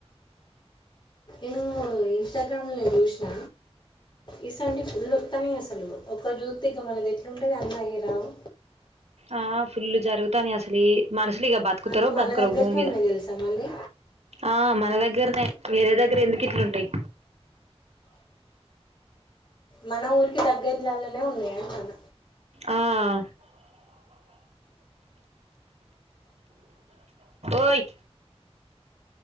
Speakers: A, on the left; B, on the right.
A: ఎను ఇన్స్టాగ్రామ్ లో్యూషిన ఈసంటి ఫుల్ వత్తానే అసలు ఒక జ్యోతి ఇక మనది ఎట్లుంటుంది అన్న అయ్య రావు
B: ఆ ఫుల్లు జరుగుతాని అసలు మనుషులు ఇక బతుకు కుతార
A: అన్నీ మన
B: బతుక
A: దగ్గరికే
B: భూమి మీద
A: ఉన్నాయి తెలుసా మళ్ళీ
B: ఆ మనదగ దగ్గరనే వేరే దగ్గర ఎందుకు ఇట్లుంటాయి
A: మన ఊరికి దగ్గదిలాాల ఉన్నాయ అంటున్న
B: ఆ ఓయ్